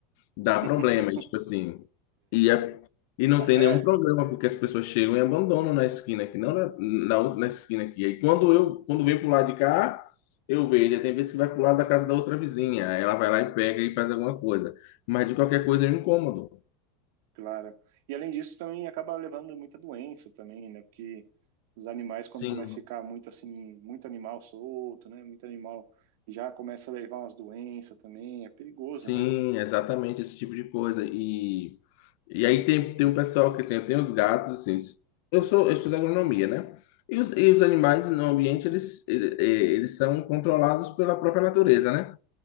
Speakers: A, on the left; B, on the right.
A: dá
B: <laughs>
A: problema, e, tipo assim. E, é- e não
B: É, até,
A: tem nenhum problema, porque as pessoas chegam e abandonam na esquina aqui, não na, na, outra- na esquina aqui. Aí quando eu quando vem pro lado de cá, eu vejo. Aí Tem vezes que vai pro lado da casa da outra vizinha. Aí ela vai lá e pega e faz alguma coisa. Mas de qualquer coisa é um incômodo.
B: claro. E além disso, também acaba levando muita doença também, né? Porque os animais,
A: Sim.
B: quando começa a ficar muito assim, muito animal solto, né? Muito animal, já começa a levar umas doenças também, é perigoso,
A: Sim,
B: né?
A: exatamente esse tipo de coisa. E, e aí tem, tem um pessoal que assim, eu tenho os gatos, assim, eu sou, eu estudo agronomia, né? E os, e os animais no ambiente, eles, ele- eh, eles são controlados pela própria natureza, né?